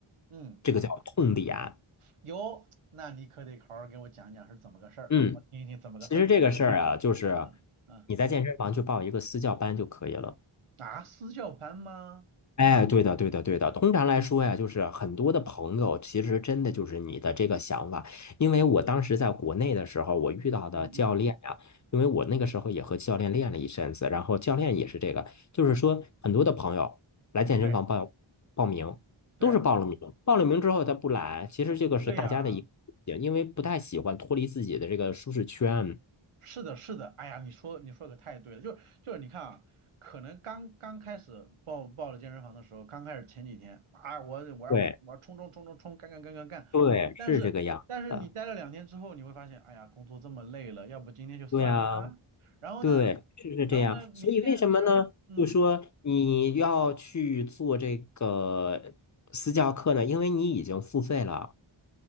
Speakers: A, on the right; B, on the left.
A: 嗯，
B: 这个叫痛点。
A: 有，那你可得好好给我讲讲是怎么个事儿，
B: 嗯，
A: 我听一听怎么个事儿。
B: 其实这个事儿啊，就是
A: 嗯嗯，
B: 你在健身房去报一个私教班就可以了。
A: 啊，私教班吗？
B: 哎，对的，对的，对的。通常来说呀，就是很多的朋友，其实真的就是你的这个想法。因为我当时在国内的时候，我遇到的教练呀，
A: 嗯嗯，
B: 因为我那个时候也和教练练了一阵子，然后教练也是这个，就是说很多的朋友来健身房报报名，
A: 对
B: 都是报了名，
A: 对
B: 报了名之后他不来，其实这个是大家的一个，
A: 对呀、
B: 因为不太喜欢脱离自己的这个舒适圈。
A: 是的，是的，哎呀，你说你说可太对了，就就是你看啊，可能刚刚开始报报了健身房的时候，刚开始前几天啊，我我要我要冲冲冲冲冲，
B: 对，
A: 干干干干干，
B: 对，
A: 但是但是你待了两天之后，
B: 是这个样子。
A: 你会发现，哎呀，工作这么累了，要不今天就算啦，
B: 对呀，
A: 然后呢，
B: 对，是是这样。
A: 然后呢，明天，
B: 所以为什么呢？
A: 然后嗯，
B: 就说你要去做这个私教课呢？因为你已经付费了，